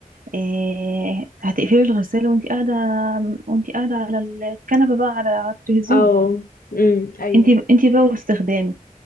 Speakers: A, on the right; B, on the left.
A: آه، هتقفلي الغسالة وأنتي قاعدة وأنتي قاعدة على الكنبة بقى على على التلفزيون
B: اه امم أيوه
A: أنتي أنتي بقى واستخدامك